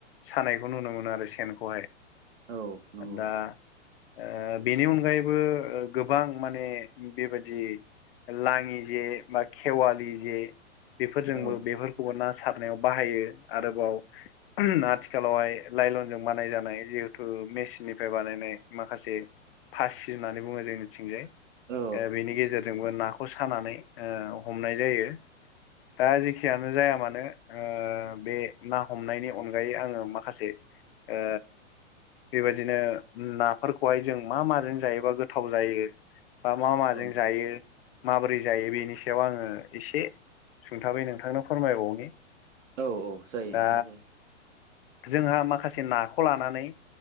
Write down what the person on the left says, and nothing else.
सानायखौ नुनो मोनो आरो सेनखौहाय
दा ओ बेनि अनगायैबो गोबां माने बेबायदि लाङि जे बा खेवालि जे बेफोरजोंबो
बेफोर अ ना सारनायाव बाहायो आरोबाव आथिखालावहाय लाइलनजों बानायजानाय जिहेथु मेचिननिफ्राय बानायनाय माखासे फासि होननानै बुङो जोंनिथिंजाय
ओ बेनि गेजेरजोंबो नाख खौ सानानै ओ हमनाय जायो दा जेखियानो जाया मानो ओ बे ना हमनायनि अनगायै आङो माखासे ओ बेबायदिनो नाफोरखौहाय जों मा माजों जायोबा गोथाव जायो बा मा माजों
जायो माबोरै जायो बेनि सायाव आङो एसे सुंथाबै नोंथांनो फोरमायबावनि
दा
जोंहा माखासे नाखौ लानानै